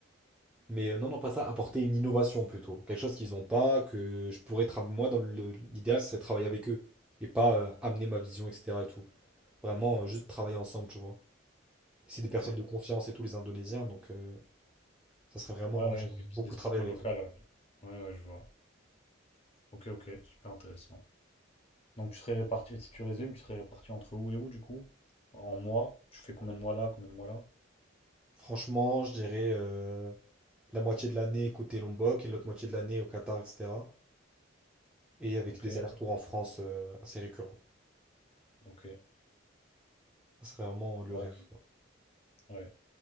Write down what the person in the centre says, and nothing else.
Mais euh, non, non, pas ça, apporter une innovation plutôt. Quelque chose qu'ils n'ont pas, que je pourrais travailler. Moi, dans le- l'idéal, c'est travailler avec eux et pas euh, amener ma vision, etc. et tout. Vraiment, euh, juste travailler ensemble, tu vois. Et C'est des personnes
de confiance et tous les Indonésiens, donc euh, ça serait vraiment
j'aimerais
beaucoup travailler
avec
eux.
Franchement, je dirais euh, la moitié de l'année côté Lombok et l'autre moitié de l'année au Qatar, etc. Et avec
des allers-retours en France euh, assez récurrents.
Ça serait vraiment le
rêve, quoi.